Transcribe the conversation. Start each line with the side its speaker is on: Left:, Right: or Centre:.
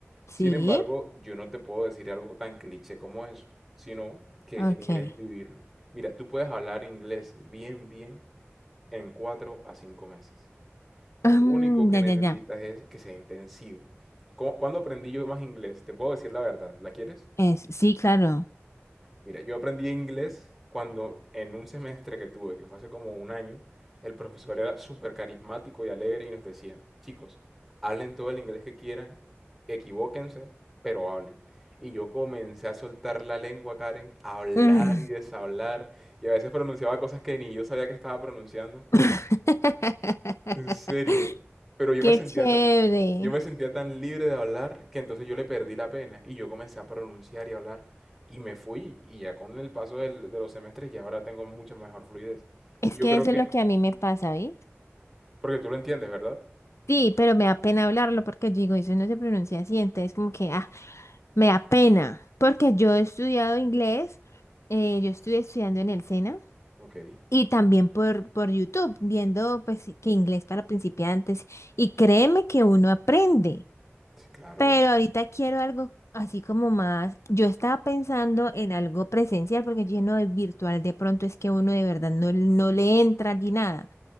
Left: Sí,
Centre: Sin embargo, yo no te puedo decir algo tan cliché como eso, sino que
Left: ok.
Centre: el inglés es vivirlo. Mira, tú puedes hablar inglés bien, bien en cuatro a cinco meses. Lo
Left: Mm,
Centre: único que
Left: ya,
Centre: necesitas
Left: ya, ya.
Centre: es que sea intensivo. ¿Cu- ¿Cuándo aprendí yo más inglés? Te puedo decir la verdad. ¿La quieres?
Left: Es, sí, claro.
Centre: Mira, yo aprendí inglés cuando en un semestre que tuve, que fue hace como un año, el profesor era súper carismático y alegre y nos decía, chicos, hablen todo el inglés que quieran, equivóquense, pero hablen. Y yo comencé a soltar la lengua, Karen, a hablar
Left: Mm,
Centre: y deshablar, y a veces pronunciaba cosas que ni yo sabía que estaba pronunciando,
Left: <laughs>
Centre: en serio. Pero yo
Left: Qué
Centre: me sentía,
Left: chévere.
Centre: ta- yo me sentía tan libre de hablar que entonces yo le perdí la pena y yo comencé a pronunciar y hablar y me fui y ya con el paso del- de los semestres ya ahora tengo mucha mejor fluidez.
Left: Es
Centre: Y yo
Left: que
Centre: creo
Left: eso
Centre: que,
Left: es lo que a mí me pasa, ¿oís?
Centre: porque tú lo entiendes, ¿verdad?
Left: Sí, pero me da pena hablarlo porque yo digo, eso no se pronuncia así, entonces como que, ah, me da pena. Porque yo he estudiado inglés, eh, yo estuve estudiando en el SENA
Centre: Ok,
Left: y también por, por YouTube, viendo pues que inglés para principiantes. Y créeme que uno aprende.
Centre: sí, claro.
Left: Pero ahorita quiero algo así como más. Yo estaba pensando en algo presencial, porque lleno de virtual de pronto es que uno de verdad no, no le entra ni nada.